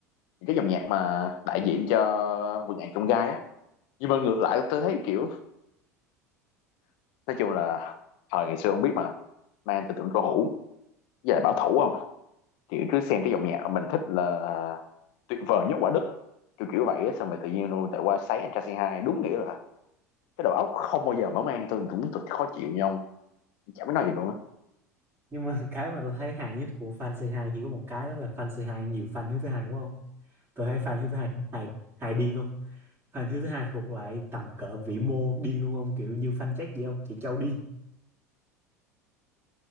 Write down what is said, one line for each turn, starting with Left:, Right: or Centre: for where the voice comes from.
Left: cái dòng nhạc mà đại diện cho vườn ngàn chông gai á nhưng mà ngược lại tôi thấy kiểu nói chung là thời ngày xưa không biết mà nay anh tưởng cổ hữu giờ bảo thủ không kiểu cứ xem cái dòng nhạc mình thích là tuyệt vời nhất quả đất kiểu kiểu vậy á xong rồi tự nhiên luôn tại qua sấy anh trai say hai đúng nghĩa là cái đầu óc không bao giờ mở mang tôi cũng tôi khó chịu nhau ông. chả biết nói gì luôn á
Right: nhưng mà cái mà tôi thấy hài nhất của fan Say Hi chỉ có một cái đó là fan Say Hi nhiều fan Hiếu thứ hai quá không tôi thấy fan Hiếu thứ hai hài hài điên không fan Hiếu thứ hai thuộc lại tầm cỡ vĩ mô điên luôn không kiểu như fan Jack vậy không chị Châu điên